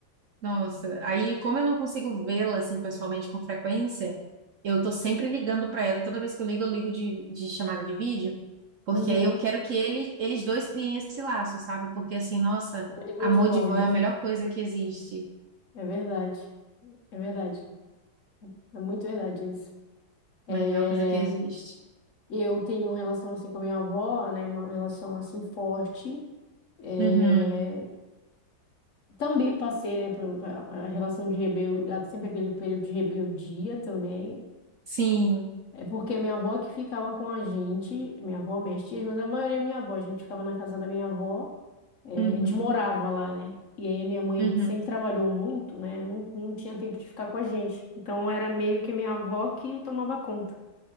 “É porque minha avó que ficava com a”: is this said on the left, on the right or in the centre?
Left